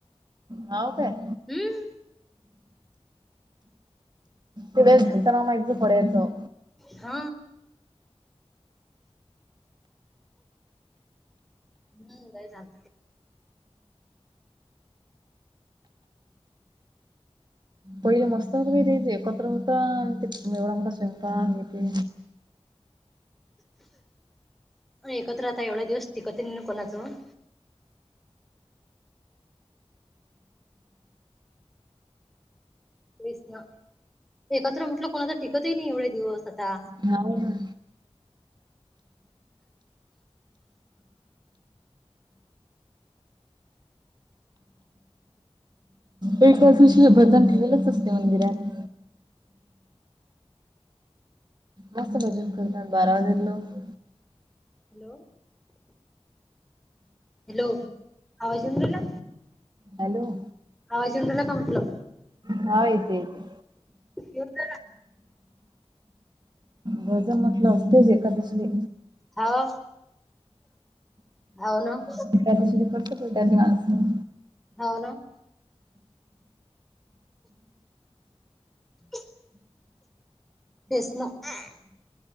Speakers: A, on the right; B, in the centre.
A: हाव काय?
B: हम्म.
A: तिला घेताना माहीत पडायचं.
B: हा. हम्म. <unintelligible> झालं.
A: पहिले मस्त होतं बाई ते एकत्र होत ते एवढा मोठा स्वयंपाक हे ते.
B: एकत्र आता एवढा दिवस टिकतही नाही कोणाचं. तेच ना, एकत्र म्हटलं कोणाच टिकतही नाही एवढे दिवस. आता
A: हाव ना.
B: <inaudible> <inaudible>
A: एक तासीशी भजन ठेवेलच असते मंदिरात. मस्त भजन करतात‌ बारा वाजे लोक
B: हॅलो, हॅलो. आवाज येऊन राहिला?
A: हॅलो.
B: आवाज येऊन राहिला का म्हटलं?
A: हा येतंय येतंय
B: येऊन राहिला
A: गज म्हटलं असतेच एकादसले.
B: हाव हाव ना?
A: <unintelligible> त्यांनी माझं.
B: हो ना. <inaudible> फेसन ह्या